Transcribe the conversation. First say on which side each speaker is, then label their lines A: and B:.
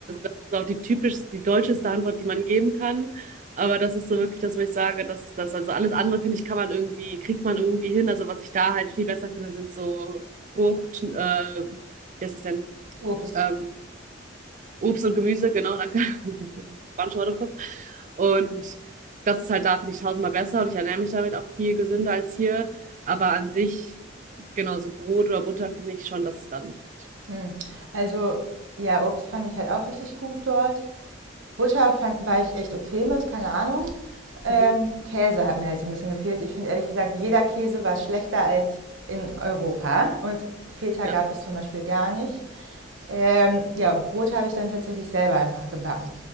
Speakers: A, on the right; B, on the right.
A: ist auch die typisch, die deutscheste Antwort, die man geben kann. Aber das ist so wirklich das, wo ich sage, das ist das. Also alles andere, finde ich, kann man irgendwie, kriegt man irgendwie hin. Also was ich da halt viel besser finde, sind so Frucht, äh, wie heißt es denn?
B: Obst.
A: Ähm, Obst und Gemüse, genau, danke. <laughs> Spanische Wort im Kopf. Und das ist halt da, finde ich, tausendmal besser und ich ernähre mich damit auch viel gesünder als hier. Aber an sich, genau, so Brot oder Butter finde ich schon, dass es da nicht gibt.
B: Mm. Also ja, Obst fand ich halt auch richtig gut dort. Butter fand, war ich echt okay mit, keine Ahnung. Ähm,
A: Mhm.
B: Käse hat mir halt so ein bisschen gefehlt. Ich finde ehrlich gesagt, jeder Käse war schlechter als in Europa und Feta
A: Ja.
B: gab es zum Beispiel gar nicht. Ähm, ja, und Brot habe ich dann tatsächlich selber einfach gebacken.